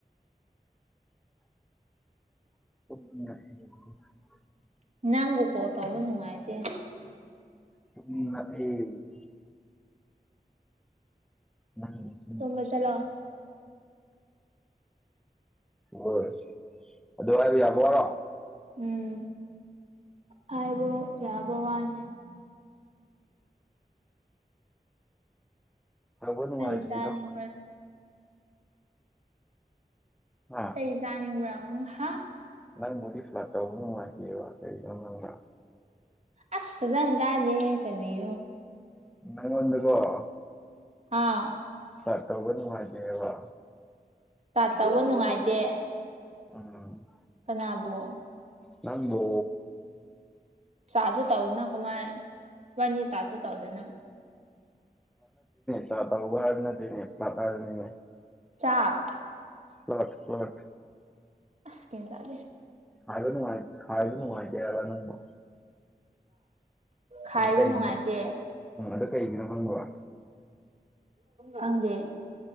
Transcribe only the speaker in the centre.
<unintelligible>
<unintelligible> ꯎꯝ
ꯍꯣꯏ ꯑꯗꯨ ꯍꯥꯏꯗꯤ ꯌꯥꯕꯔꯣ
ꯇꯧꯕ ꯅꯨꯡꯉꯥꯏꯇ꯭ꯔꯤꯗꯣ
ꯑ
ꯅꯪ ꯗꯤ ꯐ꯭ꯂ ꯇꯧꯕꯅ ꯃꯥꯦ ꯋꯥꯪ
ꯅꯉꯗꯀꯣ
ꯁꯥꯇꯧꯕꯅꯤ ꯃꯥꯖꯦꯕ
ꯎꯝ
ꯅꯪꯒꯣ
ꯆꯥꯄ ꯎꯕꯥꯔ ꯅꯅꯅꯦ ꯄꯥꯄꯥꯔꯅꯤ
ꯄꯥꯠ ꯄꯥꯠ
ꯀꯥꯔ ꯀꯥꯔꯅꯅꯨꯡ ꯃꯥꯦꯔꯅ
ꯑꯗꯨ ꯀꯩꯒꯤꯅꯣ
ꯎꯝ ꯑꯗꯣ ꯀꯩꯒꯤꯅꯣ ꯈꯪꯕ꯭ꯔ